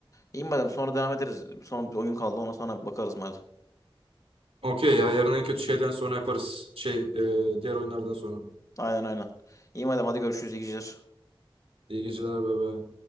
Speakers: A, on the left; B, on the right.
A: İyi madem sonra devam ederiz. Son bir oyun kaldı ona sonra bakarız madem.
B: Okey ya yarın en kötü şeyden sonra yaparız. Şey e, diğer oyunlardan sonra.
A: Aynen aynen. İyi madem hadi görüşürüz iyi geceler.
B: İyi geceler bebe.